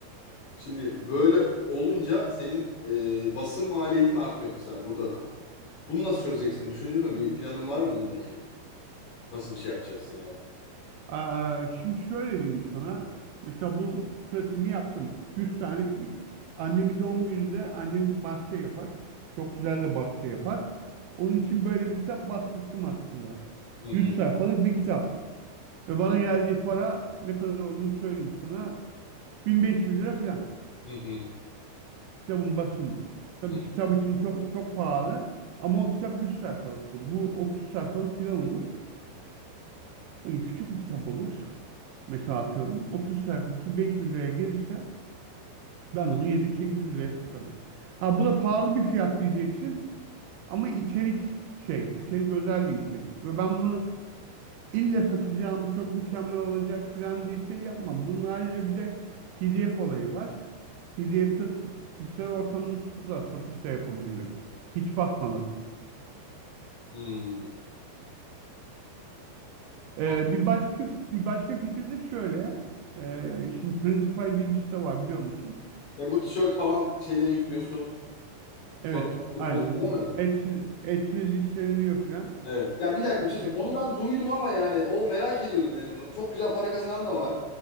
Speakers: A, on the left; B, on the right.
A: Şimdi böyle olunca senin e, basın maliyetin artıyor mesela burada da. Bunu nasıl çözeceksin? Düşündün mü? Bir planın var mı bununla ilgili? Nasıl bir şey yapacaksın ya?
B: Aa, şimdi şöyle diyeyim sana. Mesela bunun pratiğini yaptım. 100 tane annemin doğum gününde annem bahçe yapar. Çok güzel de bahçe yapar. Onun için böyle bir kitap bastırdım aslında.
A: Hı hı.
B: 100 sayfalık bir kitap. Ve bana geldiği para ne kadar olduğunu söyleyeyim sana. 1500 lira falan.
A: Hı hı.
B: Kitabın basımı. Tabii
A: Hı.
B: kitap için çok çok pahalı. Ama o kitap 100 sayfalıktı. Bu 30 sayfalık falan olur. Hani küçük bir kitap olur. Mesela atıyorum 30 sayfası 500 liraya gelirse ben onu 700-800 liraya satarım. Ha bu da pahalı bir fiyat diyeceksin ama içerik şey, içerik özel bir içerik. Ve ben bunu illa satacağım, çok mükemmel olacak falan diye şey yapmam. Bunun ayrıca bir de PDF olayı var. PDF'de tutup, dijital ortamda tutup da satışta yapabilirim. Hiç basmadan.
A: Hmm.
B: Ee,
A: O-
B: bir başka bir başka fikir de şöyle. Ee, şimdi Printify diye bir site var biliyor musun?
A: E bu tişört falan şeyleri yüklüyorsun. Sonra
B: Evet,
A: satıyorsun.
B: aynen.
A: O şey değil mi?
B: Etsiz, etsiz listeleniyor falan.
A: Evet. Ya bir dakika
B: Ya,
A: bir şey söyleyeyim.
B: e-
A: Onu ben duydum ama yani o merak ediyordum ben onu. Çok güzel para kazanan da var.